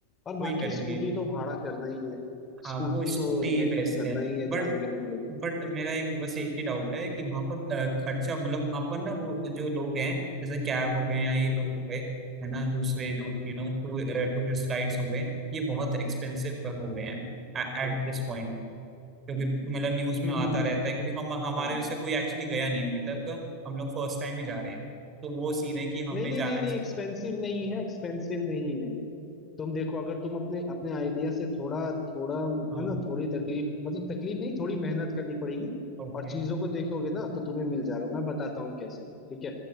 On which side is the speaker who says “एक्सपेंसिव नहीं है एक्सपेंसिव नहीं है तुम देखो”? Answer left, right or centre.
Left